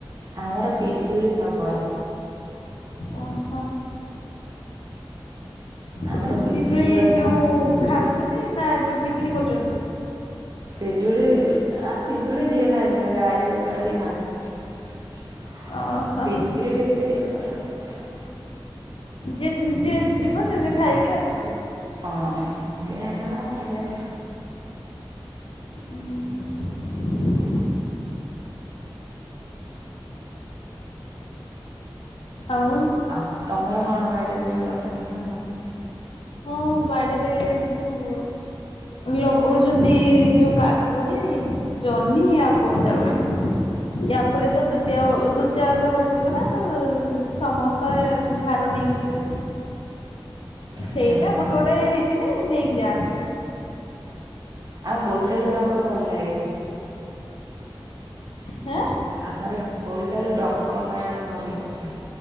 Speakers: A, on the right; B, on the left.
A: ଆମର ପିଜୁଳି ପ୍ରବଳ।
B: ଅହୋ।
A: ଆମର
B: ପି-ପିଜୁଳି
A: ପିଜୁଳି ଗଛ
B: ଯୋଉ
A: ହଁ
B: ଖାଉଛନ୍ତି, ନା ଯୋଉ ବିକ୍ରି କରୁଚନ୍ତି?
A: ପିଜୁଳି ଆ ପିଜୁଳି ଯିଏ ଖାଇଦେଲା, ଗାଈ ଗୋରୁ ଆଦି ଖାଉଚନ୍ତି।
B: ଓହୋ
A: ବିକ୍ରି ଫିକ୍ରି କିଛି କରାହୁଏନି ଆମର।
B: ଯି-ଏମ ଯିଏ ଯିବ ସେମତି ଖାଇକି ଆସିବ?
A: ହଁ, ଯିଏ ଆଇଲା ବା ଖାଇଲେ ର
B: ଉଁ ହୁଁ। ଆଉ
A: ହଁ ତମର କଣ ବାଡିରେ ସବୁ ଲଗାନ୍ତି ନା କଣ?
B: ହଁ, ବାଡିରେ ଯୋଉ ଲଗଉଚନ୍ତି ଯୋଉ କାକୁଡି, ଜହ୍ନି ଆଉ ବୋଇତାଳୁ। ୟା ପରେ ତ ଦ୍ୱିତୀୟା ଅ ଦ୍ଵିତୀୟା ଓଷା ବଢ଼ିଯିବ ନା, ତ ସମସ୍ତେ ଭାର ନେଇକି ଯିବେ। ସେଇଟା
A: ହୁଁ
B: ଗୋଟେ ଗୋଟେ ହେଇଥିନେ ନେଇକି ଯାଆନ୍ତି।
A: ଆଉ ବୋଇତାଳୁ ଡଙ୍କ ଭଲ ଲାଗେ।
B: ହେଁ?
A: ଆମର ବୋଉତାଳୁ ଡଙ୍କ ଖାଇବାକୁ ଭଲ ଲାଗେ।